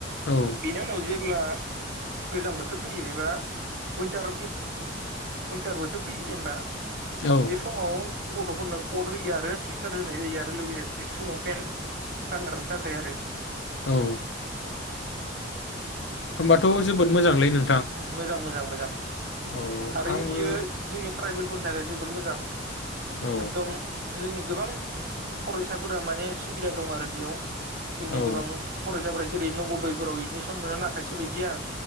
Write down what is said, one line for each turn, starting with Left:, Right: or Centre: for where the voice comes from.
Left: औ
Right: बिनि उनाव जि जेब्ला गोजां बोथोर फैयो एबा उइन्टार उइन्टार बोथोर फैयो जेनेबा
Left: औ
Right: बे समाव गथ'फोरनो कट होयो आरो सुवइटार होनाय जायो आरो लोगोसे ट्रेकसुलंपेन्ट गानग्रारानो थाखाय आरो
Left: औ होमबाथ' जोबोद मोजांलै नों
Right: उम मोजां मोजां मोजां।
Left: औ
Right: थारैनो
Left: आंबो
Right: बियो जोंनि ट्राइबेलफोरनि थाखाय जो बोर मोजां
Left: औ
Right: एकदम जोंनि गोबां फरायसाफोरा माने सुबिदा दं आरो बेयाव जोंनि
Left: औ
Right: गोबां फरायसाफोरा जेरै नब दयफोराव एदमिसन मोना खायसे बायदिया